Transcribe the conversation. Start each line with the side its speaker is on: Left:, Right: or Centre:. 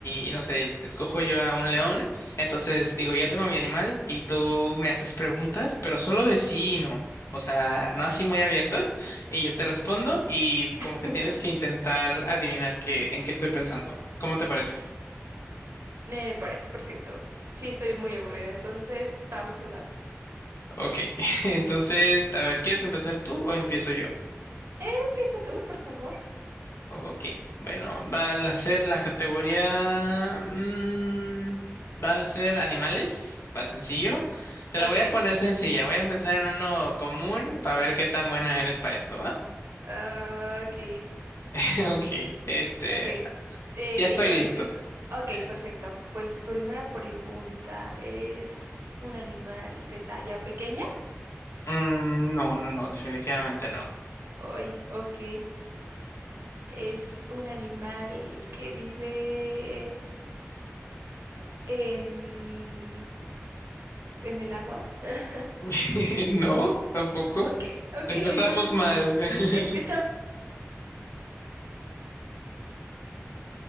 Left: y no sé, escojo yo a un león. Entonces digo, ya tengo mi animal y tú me haces preguntas, pero solo de sí y no. O sea, no así muy abiertas. Y yo te respondo y como
Right: <laughs>
Left: que tienes que intentar adivinar qué, en qué estoy pensando. ¿Cómo te parece?
Right: Me parece perfecto. Sí, estoy muy aburrida, entonces vamos a darle.
Left: Ok, <laughs> entonces, a ver, ¿quieres empezar tú o empiezo yo?
Right: Eh, empieza tú, por favor.
Left: Ok, bueno, va a ser la categoría... mm, va a ser animales, va sencillo.
Right: Ujú,
Left: Te
Right: Ok,
Left: la voy a poner sencilla, voy a empezar en uno común para ver qué tan buena eres para esto, ¿va?
Right: ah, ok,
Left: <laughs> Ok, este,
Right: ok. Eh,
Left: ya estoy
Right: ya
Left: listo.
Right: te empiezo. Ok,
Left: Ya.
Right: perfecto. Pues primera pregunta, ¿es un animal de talla pequeña?
Left: Mm, no, no, no, definitivamente no.
Right: Ay, ok. ¿Es un animal que vive en, en el agua? <laughs>
Left: <laughs> No, tampoco.
Right: Ok, ok,
Left: Empezamos
Right: entonces
Left: mal. <laughs>
Right: Empezar.